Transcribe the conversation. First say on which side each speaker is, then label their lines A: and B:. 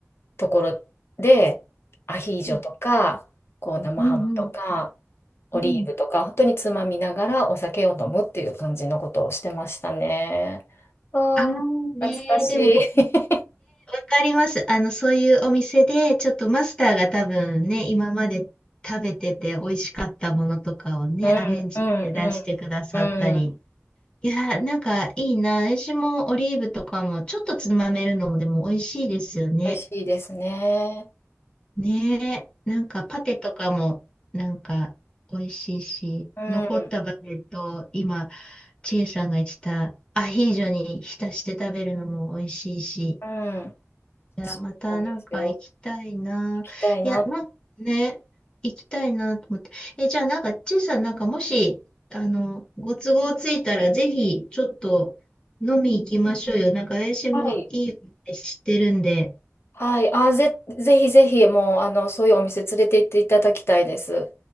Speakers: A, on the left; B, on the left.
A: ところで、アヒージョとか、
B: うん、
A: こう生ハムとか、
B: うん、うん。
A: オリーブとか、
B: うん
A: 本当につまみながらお酒を飲むっていう感じのことをしてましたね。ああ懐かしい。
B: ああねえ、でも、
A: <laughs>
B: かります。あの、そういうお店で、ちょっとマスターが多分ね、今まで食べてて美味しかったものとかをね、
A: うん、
B: アレンジで出してくださったり。
A: うん、うん、うん。
B: いやー、なんかいいな。私もオリーブとかもちょっとつまめるのもでも美味しいですよね。
A: 美味しいですね。
B: ねえ、
A: う
B: なんかパテとかもなんか美味しいし、
A: ん、
B: 残ったバゲットを今、チエさんが言ってたアヒージョに浸して食べるのも美味しいし。
A: うん。
B: いや、
A: そうなんですよ。
B: またなんか行きたいな。
A: 行きたいな。
B: いや、なんね、行きたいなと思って。え、じゃあなんか、ちいさんなんかもし、あの、ご都合ついたら、ぜひ、ちょっと飲み行きましょうよ。なんか、私もいいって知ってるんで。
A: はい。はい。あ、ぜ、ぜひぜひ、もう、あの、そういうお店連れて行っていただきたいです。